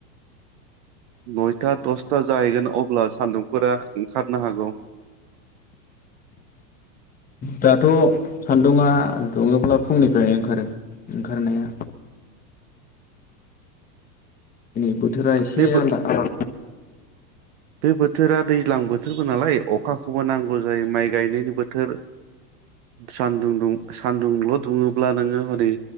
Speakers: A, on the right; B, on the left.
A: नयथा दसथा जाहैगोन अब्ला सान्दुंफोरा ओंखारनो हागौ
B: दाथ' सान्दुङा दुङोब्ला फुंनिफ्रायनो ओंखारो ओंखारनाया दिनै बोथोरा एसे
A: बे बो
B: आलादा आलादा
A: बे बोथोरा दैज्लां बोथोरबो नालाय अखाखौबो नांगौ गौ जायो माइ गायनायनि बोथोर सानदुं दुं सानदुंल दुङोब्ला नोङो हनै